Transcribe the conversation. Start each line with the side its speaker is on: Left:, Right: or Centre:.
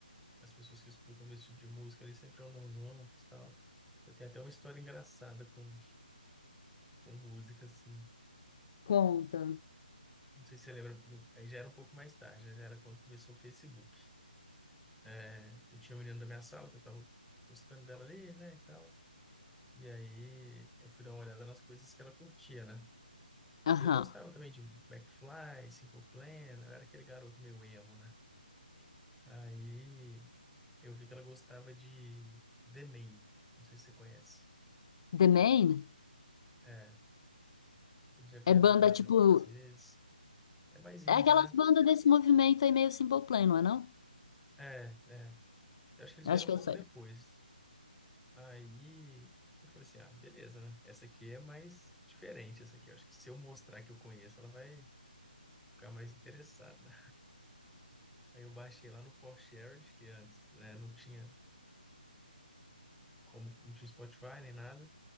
Centre: As pessoas que escutam esse tipo de música, eles sempre andam novos e tal. Eu tenho até uma história engraçada com, com música, assim.
Left: Conta.
Centre: Não sei se você lembra, porque eu- aí já era um pouco mais tarde, né? já era quando começou o Facebook. né? Eu tinha um menino da minha sala, que eu tava gostando dela ali, né, e tal. E aí eu fui dar uma olhada nas coisas que ela curtia, né?
Left: Aham.
Centre: E eu gostava também de McFly, Simple Plan, eu era aquele garoto meio emo, né? Aí eu vi que ela gostava de The Name, não sei se você conhece.
Left: The Main
Centre: É, eles já vieram
Left: é banda
Centre: no Brasil
Left: tipo.
Centre: algumas vezes. É mais indie,
Left: É aquelas
Centre: né?
Left: bandas desse movimento aí meio Simple Plan, não é não?
Centre: É, é. Eu acho que eles
Left: Eu
Centre: vieram
Left: Acho que
Centre: um pouco
Left: eu sei.
Centre: depois. Aí eu falei assim, ah, beleza, né? Essa aqui é mais diferente, essa aqui. Eu acho que se eu mostrar que eu conheço, ela vai ficar mais interessada. Aí eu baixei lá no ForShare, que antes, né, não tinha como, não tinha Spotify nem nada.